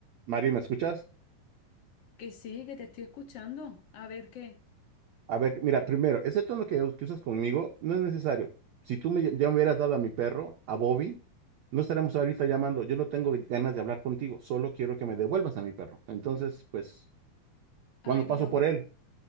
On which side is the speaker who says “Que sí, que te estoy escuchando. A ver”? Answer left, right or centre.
Left